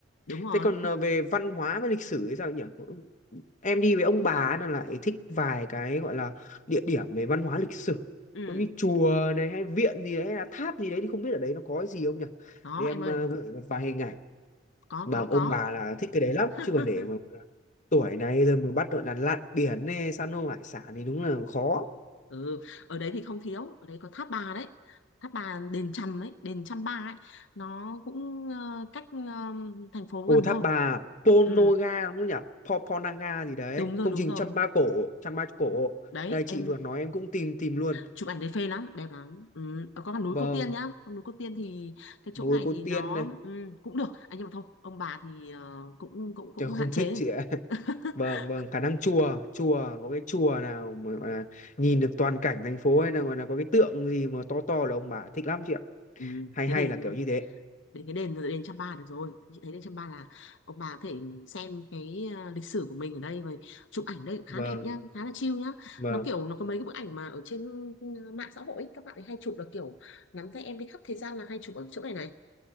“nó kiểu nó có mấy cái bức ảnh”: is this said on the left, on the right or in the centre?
Left